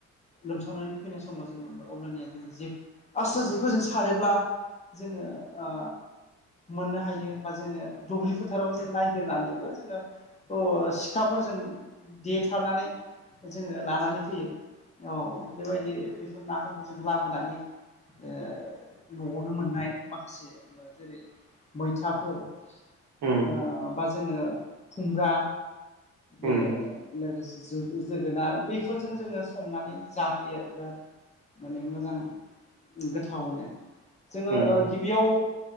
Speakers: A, on the left (about 20°); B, on the right (about 65°).
A: लोमसावानानै फैनाय समाव जोङो अब्लानिया जोङो जिब आस्रा जिबखौ जों सारोब्ला जोङो ओ मोननो हायो बा जोङो दुब्लि फोथाराव जों नायगिरनानैबो जोङो अ सिखाफोरजों देथारनानै जोङो लानानै फैयो औ बेबायदि बेफोर नाफोरखौ जोङो लाबोनानै ओ न'आवनो मोननाय माखासे जेरै मैथाफोर
B: उम
A: ओ बा जोङो खुमब्रा बे
B: उम
A: लोगोसे जोगोनार बेफोरजों जोङो संनानै जाफैयो आरो बिराद माने मोजां गोथावनो जोङो
B: उम
A: ओ गि बेयाव